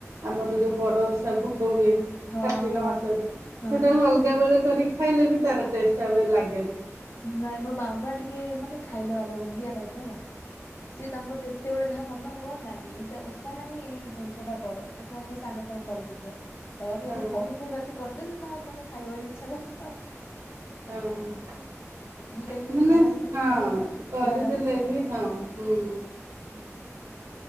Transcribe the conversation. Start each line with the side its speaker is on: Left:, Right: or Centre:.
Right: ଆମର ଯୋଉ ବଡ ଓଷା ଭୋଗ ଗ ହୁଏ
Left: ହଁ
Right: କାର୍ତ୍ତିକ
Left: ହଁ।
Right: ମାସରେ,
Left: ହଁ
Right: ସେଇଟାକୁ ଅଲଗା ବେଳେ କରି ଖାଇଲେ ବି ତାର ଟେଷ୍ଟ ଆଉ ଏ ଲାଗେନି।
Left: ନାଇଁ ମୋ ବାବା ଟିକେ ମାନେ ଖାଇଲା ବାଲା, ଓଲିଆ ଟାଇପର ହେଲା ସିଏ ତାଙ୍କର ଯେତେବେଳେ ଯାହା ମନ ହବ, ନାଇଁ ଏଇଟା ଓଷା ନାହିଁ ଏଇ ଜିନିଷଟା କର। ମମିସ୍ ସାଙ୍ଗେ ସାଙ୍ଗେ କରିଦେଇଥିବ। କହିବ କି
Right: ହଁ
Left: ମୁଁ କହୁ କହୁକା ତୁ କରିଦେଲୁ ନାଁ ତମେ ଖାଇବ ବୋଲି ଇଚ୍ଛା କରିଛ ଆଉ।
Right: ହଁ ହୁଁ।
Left: ଟାଇମ
Right: ମାନେ
Left: ଛଣା ଛଣି
Right: ହଁ।
Left: ଖାଇ
Right: କରିଦେଲେ
Left: ଦେହଟା ଖରାପ
Right: ବି ହଁ ହୁଁ।
Left: ହଁ।